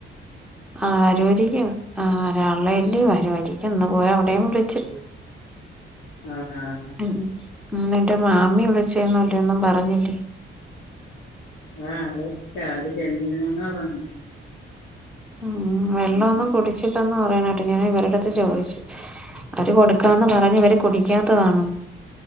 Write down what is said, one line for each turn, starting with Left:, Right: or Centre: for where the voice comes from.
Centre: ആഹ് രോരിക്കും ആഹ് വരാള്ളെല്ലി വരോരിക്കും ഇന്ന് പോയി അവിടേം വിളിച്ച്
Left: ആണാ
Centre: ഉം നിന്റ മാമി വിളിച്ചേന്നും ഇല്ലി ഒന്നും പറഞ്ഞില്ലേ
Left: ആഹ് അവര് വിളിച്ച് അവര് ചെന്നിരുന്നെന്ന് പറഞ്ഞ്
Centre: ഉം വെള്ളോന്നും
Left: ഉം
Centre: കുടിച്ചില്ലന്ന് പറയണ കേട്ട് ഞാൻ ഇവരടുത്ത് ചോദിച്ചു അവര് കൊടുക്കാന്ന് പറഞ്ഞ് ഇവര് കുടിക്കാത്തതാണെന്ന്